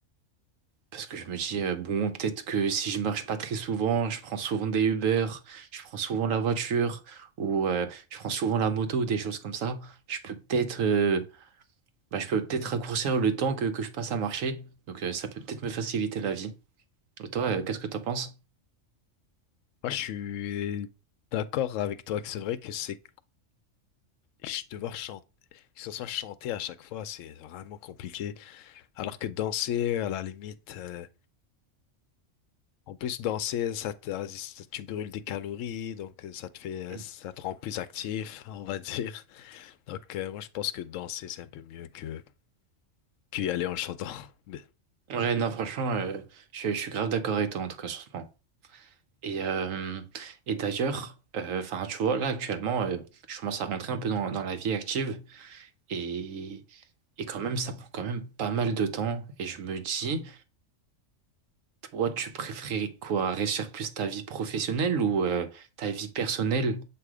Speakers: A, on the right (about 80°); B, on the left (about 75°).
A: Parce que je me dis, euh, bon, peut-être que si je marche pas très souvent, je prends souvent des Uber, je prends souvent la voiture, ou euh, je prends souvent la moto, ou des choses comme ça, je peux peut-être euh, bah, je peux peut-être raccourcir le temps que, que je passe à marcher. Donc euh, ça peut peut-être me faciliter la vie. Et toi, euh, qu'est-ce que t'en penses?
B: Moi, je suis d'accord avec toi que c'est vrai que c'est ch- devoir chanter, que ce soit chanté à chaque fois, c'est vraiment compliqué. Alors que danser, à la limite, euh, en plus danser, ça te, ça- tu brûles des calories, donc euh, ça te fait, euh,
A: Mm.
B: ça te rend plus actif, <laughs> on va dire. Donc, euh, moi, je pense que danser, c'est un peu mieux que qu'y aller en chantant. <laughs>
A: Ouais, non, franchement, euh, je, je suis grave d'accord avec toi, en tout cas, sur ce point. Et, euh, et d'ailleurs, euh, enfin, tu vois, là, actuellement, euh, je commence à rentrer un peu dans, dans la vie active. Et Et quand même, ça prend quand même pas mal de temps. Et je me dis, toi, tu préférais quoi? Réussir plus ta vie professionnelle ou euh, ta vie personnelle?